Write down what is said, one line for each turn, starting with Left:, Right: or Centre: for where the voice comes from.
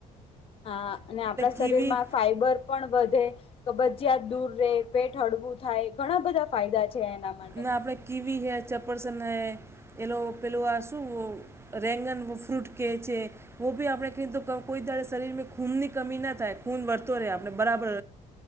Left: હા અને આપણા શરીરમાં
Right: કીવી
Left: ફાઈબર. પણ વધે કબજીયાત દૂર રે પેટ હળવું થાય ઘણા બધા ફાયદા છે એના. માટે
Right: ના આપડે કીવી હૈ ચપ્પરસ ન હૈ પેલું પેલું આ શું રેંગનનું ફ્રૂટ કેચે. હો બી આપણે કુ કોઈ દા શરીરમાં ખૂનની કમી ના થાય ખૂન વળતો રહે આપણે બરાબર